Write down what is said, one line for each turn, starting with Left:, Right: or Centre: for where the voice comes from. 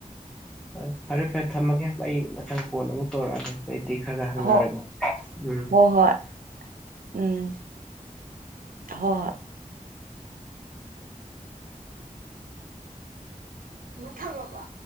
Centre: ꯍ ꯐꯔꯦ ꯐꯔꯦ ꯊꯝꯃꯒꯦ ꯑꯩ ꯃꯊꯪ ꯀꯣꯟ ꯑꯃꯨꯛ ꯇꯧꯔꯛꯑꯒꯦ ꯑꯩꯗꯤ ꯈꯔ ꯈ ꯍꯪꯅꯔꯒꯦ
Right: ꯍꯣ
Centre: ꯎꯝ
Right: ꯍꯣꯏ ꯍꯣꯏ ꯎꯝ ꯍꯣꯏ ꯍꯣꯏ ꯃꯊ ꯕꯥ